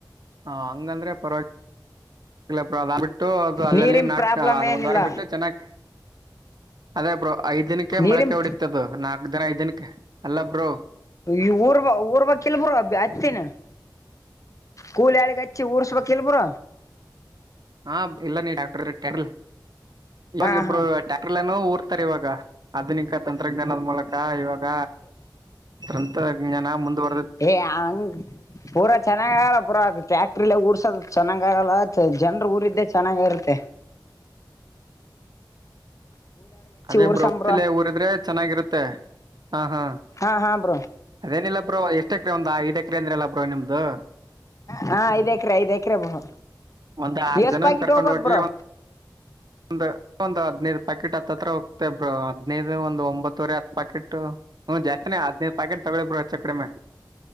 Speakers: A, on the right; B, on the left.
A: ಹಾ ಹಂಗಂದ್ರೆ ಪರವಾಗಿಳ ಆ ಅದ ಬಿಟ್ಟು ಅದು ಅಲ್ಲಲ್ಲಿ
B: ನೀರಿನ್
A: ನಾಟ್
B: ಪ್ರಾಬ್ಲಮ್
A: ಅಲ್
B: ಏನಿಲ್ಲ
A: ಒಂದ್ ವಾರ ಬಿಟ್ಟು ಚೆನ್ನಾಗಿ ಅದೇ ಬ್ರೋ ಐದ ದಿನಕ್ಕೆ
B: ನೀರಿನ್
A: ಮಳಕೆ ಹೊಡತದು ನಾಕ್ ದಿನ ಐದ ದಿನಕ್ಕೆ ಅಲ್ಲ ಬ್ರೋ
B: ಈ ಊರ್ ಊರ್ ಬಾಗ ಕೆಲ್ಬರು ಹಚ್ತೇನ ಕೂಲಿ ಹಾಳಿಗೆ ಹಚ್ಚಿ ಊರ್ಸ್ಬೇಕಕ್ಲ್ಬುರ
A: ಹಾ ಇಲ್ಲ ನೀ ಡಾಕ್ಟರ್ ಕೆರ್ಲ್ ಇವಾಗ
B: ಹಾ
A: ಇಬ್ರು
B: ಹಾ
A: ಟ್ಯಾಕ್ಟರ್ನ ಊರ್ತಾರೆ ಇವಾಗ ಆಧುನಿಕ ತಂತ್ರಜ್ಞಾನದ ಮೂಲಕ ಇವಾಗ ತಂತ್ರಜ್ಞಾನ ಮುಂದುವ
B: ಏ ಹಂಗ ಪೂರಾ ಚೆನ್ನಾಗಲ್ಲ ಪೂರಾ ಅದು ಫ್ಯಾಕ್ಟ್ರಿಲ್ಲ ರ್ ಚೆನ್ನಾಗ್ ಆಗಲ್ಲ ಜನ್ರ ಊರಿದ್ದೆ ಚೆನ್ನಾಗ ಇರುತ್ತೆ
A: ಅದೇಬ್್ರ
B: ಊರ್ಸಂ
A: ಒಪ್ತಿಿಲ್ಲ
B: ಬ್ರೋ
A: ಊರಿದ್ರೆ ಚೆನ್ನಾಗಿರುತ್ತೆ ಹಾ ಹಾ
B: ಹಾ ಹಾ ಬ್ರೋ
A: ಅದೇನಿಲ್ಲ ಬೋ ಎಷ್ಟಕ್ರ ಒಂದ್ ಐದ ಕೇಂದ್ರಾಲ ಪ್ರಾಣಮದು
B: ಹಾ ಐದ್ ಎಕ್ರೆ ಐದ್ ಎಕ್ರೆ ಬ್ರೋ
A: ಒಂದ್ ಆರ್
B: ಎಷ್ಟ್
A: ಜನನ
B: ಪ್ಯಾಕೆಟ್
A: ಕರ್ಕೊಂಡ್
B: ಹೋಗ್ಬೋದ್
A: ಹೋಗಿ
B: ಬ್ರೋ
A: ಒ ಒಂದ ಒಂದು ಹದ್ನೈದು ಪಾಕೆಟ್ ಹತ್ತ ಹತ್ರ ಹೋಗ್ತೇ ಬ್ರರು ಹದ್ನೈದು ಒಂದು ಒಂಬತ್ತುವರೆ ಹತ್ತ ಪಾಕೆಟ್ ಹ್ಮ ಜಾಸ್ತಿನೇ ಹದ್ೇ ಪ್ಯಾಕೆಟ್ ತಗೊೊಳ್ಳಿಬ್ರರು ಆ ಚಕ್ರಮೆ